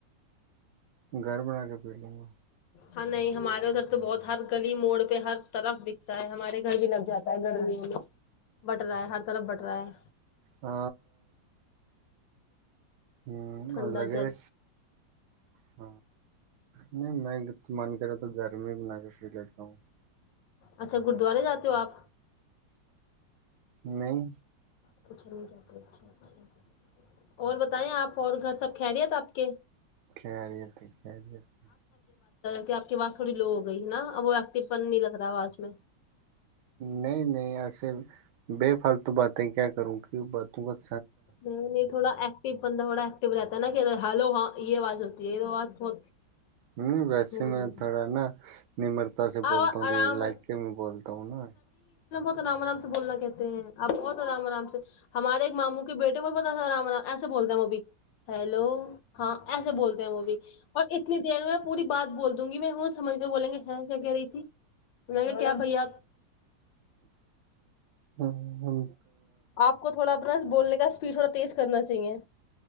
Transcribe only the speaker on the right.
گھر بنا کے پی لوں گا
ہ ہ
اور لگے
گا ہ نہیں میں من کرے تو گھر میں بنا کے پ جتا ہوں
نہیں
خری ت خری ت
نہیں نہیں ایسے بے فالتو باتیں کیا کروں کی بات توس
ہ ویسے
میں
تھوڑا نا نمرتا سے بولتا
ہوں
لگ کے میں بولتا ہوں نا
ہاں ہاں